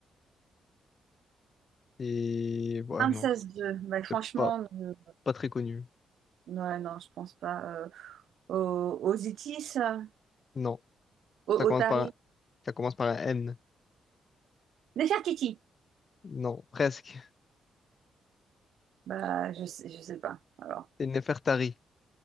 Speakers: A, on the left (about 30°); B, on the right (about 65°).
A: Et ouais,
B: grande
A: non,
B: 26-2. Bah, franchement,
A: c'est pas,
B: euh,
A: pas très connu.
B: ouais, non, je pense pas. Euh, aux, aux Itis, euh,
A: Non,
B: aux, aux
A: ça commence
B: Tari.
A: par un, ça commence par un N.
B: Nefertiti.
A: Non, presque.
B: Bah, je sais, je sais pas. Alors.
A: C'est Nefertari.